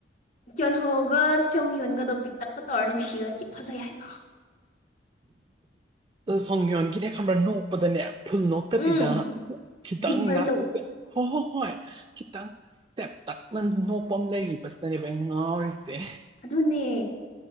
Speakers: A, on the left; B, on the right.
A: ꯀꯤꯣꯟ ꯍꯣꯒ ꯁꯣ ꯌꯣꯟꯒ ꯗꯣꯄꯤꯛ ꯇꯛꯀ ꯇꯧꯔ ꯅꯨꯡꯁꯤꯔꯣ ꯊ ꯐꯖꯩ ꯍꯥꯏꯕ
B: ꯁꯪꯉꯤꯌꯟ ꯀꯅꯦ ꯈ ꯅꯣꯡꯄꯗꯅꯦ ꯐꯨꯜ ꯅꯣꯛꯇꯕꯤꯗ
A: ꯎꯝ
B: ꯈꯤꯇꯪ
A: ꯗꯤꯝꯄꯜꯗꯣ
B: ꯍꯣꯏ ꯍꯣꯏ ꯍꯣꯏ ꯈꯤꯇꯪ ꯇꯦꯞ ꯇꯛꯅ ꯅꯣꯛꯄ ꯑꯃ ꯂꯩꯔꯤꯕꯁꯤꯗꯅꯦꯕ ꯑꯩꯅ ꯉꯥꯎꯔꯤꯁꯦ
A: ꯑꯗꯨꯗ ꯅꯦ